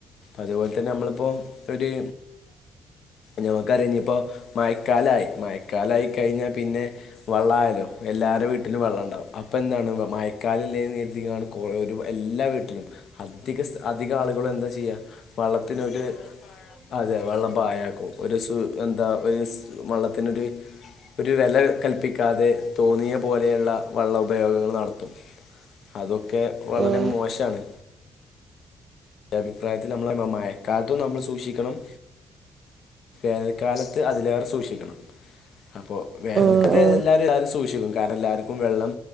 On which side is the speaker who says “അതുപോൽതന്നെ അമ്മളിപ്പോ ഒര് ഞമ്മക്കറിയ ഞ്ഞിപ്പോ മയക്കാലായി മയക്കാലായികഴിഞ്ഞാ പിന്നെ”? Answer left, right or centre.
Left